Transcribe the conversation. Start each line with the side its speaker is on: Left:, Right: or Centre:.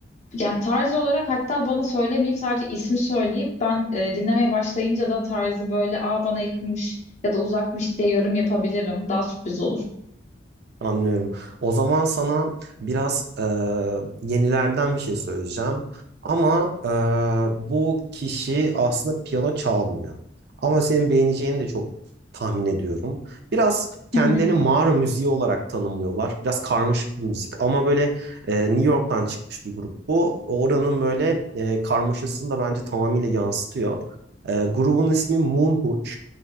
Left: Yani tarz olarak hatta bana söylemeyip sadece ismi söyleyip ben e, dinlemeye başlayınca da tarzı böyle aa bana yakınmış ya da uzakmış diye yorum yapabilirim. Daha sürpriz olur.
Right: Anlıyorum. O zaman sana biraz e, yenilerden bir şey söyleyeceğim. Ama e, bu kişi aslında piyano çalmıyor. Ama senin beğeneceğini de çok tahmin ediyorum. Biraz kendini
Left: Hı hı.
Right: mağara müziği olarak tanımlıyorlar. Biraz karmaşık bir müzik ama böyle e, New York'tan çıkmış bir grup bu. Oranın böyle e, karmaşasını da bence tamamıyla yansıtıyor. E, grubun ismi Moonhooch.